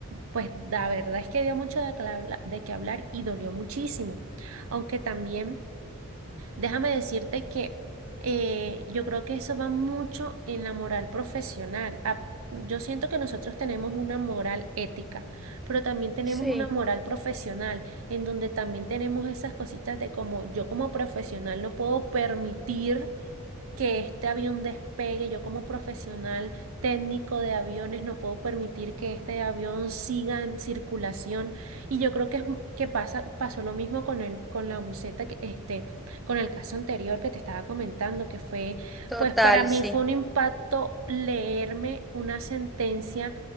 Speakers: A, on the right (about 70°); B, in the centre.
A: pues la verdad es que dio mucho de, cla- de qué hablar y dolió muchísimo. Aunque también... Déjame decirte que eh, yo creo que eso va mucho en la moral profesional. A- yo siento que nosotros tenemos una moral ética, pero también tenemos
B: Sí.
A: una moral profesional, en donde también tenemos esas cositas de como yo como profesional no puedo permitir que este avión despegue. Yo como profesional técnico de aviones no puedo permitir que este avión siga en circulación. Y yo creo que, es, que pasa, pasó lo mismo con el, con la buceta, que, este, con el caso anterior que te estaba comentando, que fue,
B: Total,
A: pues para mí
B: sí.
A: fue un impacto leerme una sentencia